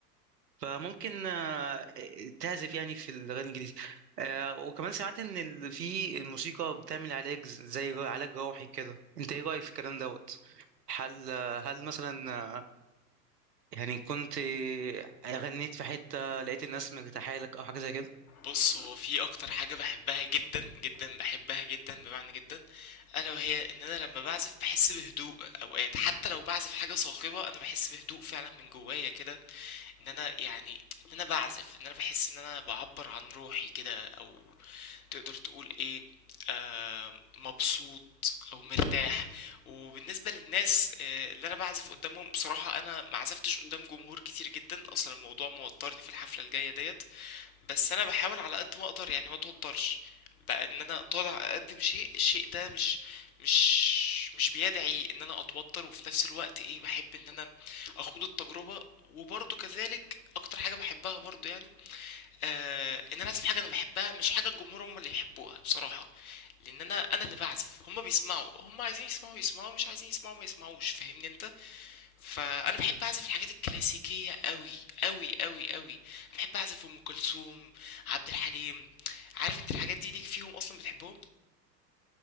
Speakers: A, on the right; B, on the left.
A: فممكن آه، تعزف يعني في الاغاني الانجليزي آه، وكمان سمعت ان ال- في الموسيقى بتعمل علاج زي علاج روحي كده انت ايه رأيك في الكلام دوت هل هل مثلا يعني كنت غنيت في حتة لقيت الناس مرتاحة لك أو حاجة زي كده
B: بص هو في اكتر حاجة بحبها جدا جدا بحبها جدا بمعنى جدا الا وهي ان انا لما بعزف بحس بهدوء اوقات حتى لو بعزف حاجة صاخبة انا بحس بهدوء فعلا من جوايا كده ان انا يعني ان انا بعزف ان انا بحس ان انا بعبر عن روحي كده او تقدر تقول ايه آه مبسوط او مرتاح وبالنسبه للناس آه اللي انا بعزف قدامهم بصراحه انا ما عزفتش قدام جمهور كتير جدا اصلا الموضوع موترني في الحفله الجايه ديت بس انا بحاول على قد ما اقدر يعني ما اتوترش بقى ان انا طالع اقدم شيء الشيء ده مش مش مش بيدعي ان انا اتوتر وفي نفس الوقت ايه بحب ان انا اخوض التجربة وبرضه كذلك اكتر حاجة بحبها برضه يعني آه ان انا اعزف حاجة انا بحبها مش حاجة الجمهور هم اللي يحبوها بصراحة لان انا انا اللي بعزف هم بيسمعوا هم عايزين يسمعوا يسمعوا مش عايزين يسمعوا ما يسمعوش فاهمني انت فانا بحب اعزف الحاجات الكلاسيكيه قوي قوي قوي قوي بحب اعزف ام كلثوم عبد الحليم عارف انت الحاجات دي ليك فيهم اصلا بتحبهم